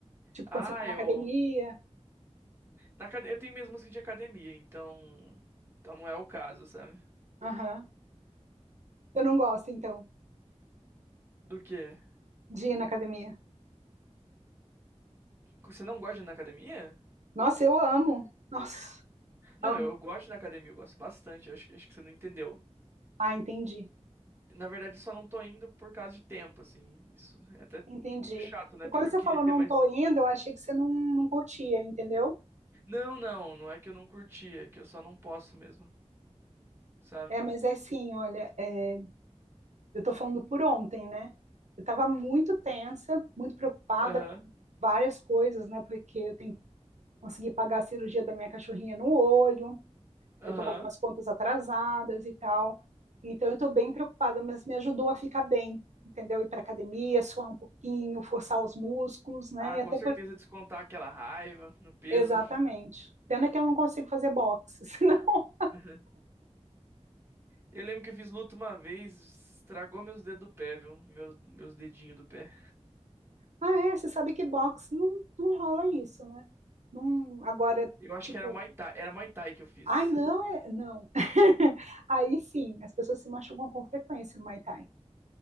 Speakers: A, on the right; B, on the right.
A: Tipo
B: Ah,
A: quando você tá na
B: eu
A: academia?
B: na acad- eu tenho minhas músicas de academia, então então não é o caso, sabe?
A: Aham. Eu não gosto, então,
B: Do quê?
A: de ir na academia.
B: Você não gosta de ir na academia?
A: Nossa, eu amo. Nossa,
B: Não,
A: amo.
B: eu, eu gosto da academia, eu gosto bastante. Acho que acho que você não entendeu.
A: Ah, entendi.
B: Na verdade, eu só não tô indo por causa de tempo, assim. Isso é até
A: Entendi.
B: chato, né?
A: E
B: Porque
A: quando
B: eu
A: você
B: queria
A: falou
B: ter
A: não
B: mais.
A: tô indo, eu achei que você não, não curtia, entendeu?
B: Não, não, não é que eu não curti, é que eu só não posso mesmo, sabe?
A: É, mas é assim, olha, é, eu tô falando por ontem, né? Eu tava muito tensa, muito preocupada
B: Aham,
A: com várias coisas, né? Porque eu tenho que conseguir pagar a cirurgia da minha cachorrinha no olho,
B: aham.
A: eu tô com algumas contas atrasadas e tal. Então eu tô bem preocupada, mas me ajudou a ficar bem, entendeu? Ir pra academia, suar um pouquinho, forçar os músculos, né?
B: Ah,
A: E
B: com
A: até
B: certeza
A: por
B: descontar aquela raiva no peso.
A: Exatamente. Pena que eu não consigo fazer boxe, <laughs> senão.
B: <laughs> Eu lembro que eu fiz luta uma vez, estragou meus dedos do pé, viu? Meu, meus dedinhos do pé.
A: Ah, é, você sabe que boxe não, não rola isso, né? Não, agora,
B: Eu acho
A: tipo,
B: que era Muay Thai, era Muay Thai que eu fiz.
A: ai, não, é, não. <laughs> Aí sim, as pessoas se machucam com frequência no Muay Thai,